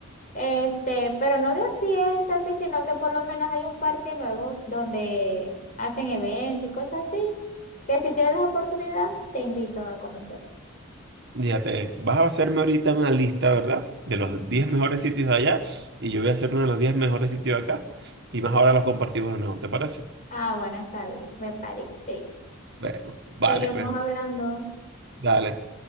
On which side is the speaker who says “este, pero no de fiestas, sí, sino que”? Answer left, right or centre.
Left